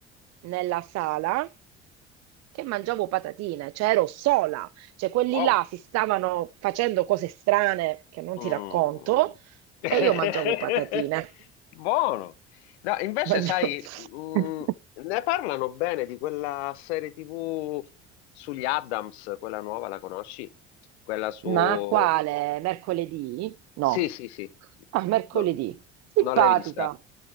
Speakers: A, on the right (about 50°); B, on the left (about 70°).
A: nella sala che mangiavo patatine, cioè ero sola. Cioè, quelli
B: Wow.
A: là si stavano facendo cose strane che non
B: Mm.
A: ti racconto
B: <laughs>
A: e io mangiavo patatine.
B: Buono. No, invece,
A: Mangiavo...
B: sai, mm,
A: <laughs>
B: ne parlano bene di quella serie TV sugli Addams, quella nuova, la conosci? Quella su...
A: Ma quale? Mercoledì? No.
B: Sì, sì, sì.
A: Ah, mercoledì.
B: No,
A: Simpatica.
B: non l'hai vista.